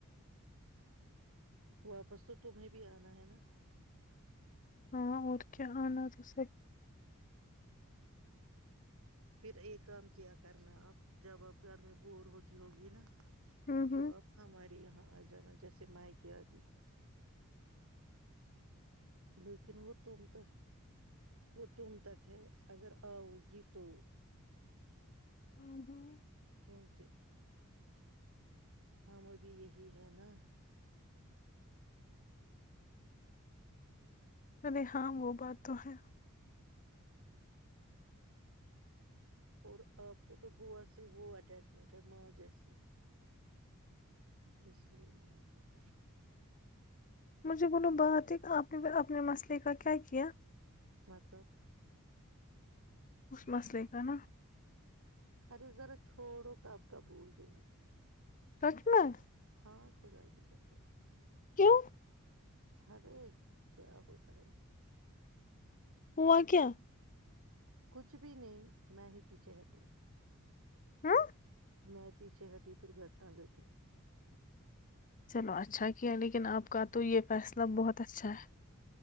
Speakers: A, on the right; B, on the left.
A: واپس تو تمہیں بھی آنا ہے نا
B: ہاں اور کیا انااز اس
A: پھر ایک کام کیا کرنا آپ جب آپ گھر میں بور ہوتی ہوگی نا
B: ہوں ہوں
A: تو اب ہمارے یہاں آ جانا جیسے سے مائکی آتی تھی لیکن وہ تن تو وہ تم تک ہے اگر آؤ گی تو
B: ہ ہوں
A: کیونکہ ہاں م بھی یہی ہے نا
B: ارے ہاں وہ بات تو ہے
A: اور آپ کو تو بو سے وہ اٹیچمنٹ ہے ماں جیسی اس لیے میں نے کہا
B: مجھے بولو بات ہے کہ آپ نے اپنے مسئلے کا کیا کیا
A: مطلب
B: اس مسئلے کا نا
A: ہر ذرا چھوڑو کب کا بھول گئی
B: سکھ میں
A: ہاں خدا کی رس
B: کیوں
A: ارے کیا ہوتا ہے اس سے
B: ہوا کیا
A: کچھ بھی نہیں میں ہی پیچھے ہٹی
B: ہاں
A: میں پیچھے پیچھے ہٹی درگھٹنا گھٹی ہے
B: چلو اچھا کیا لیکن آپ کا تو یہ فیصلہ بہت اچھا ہے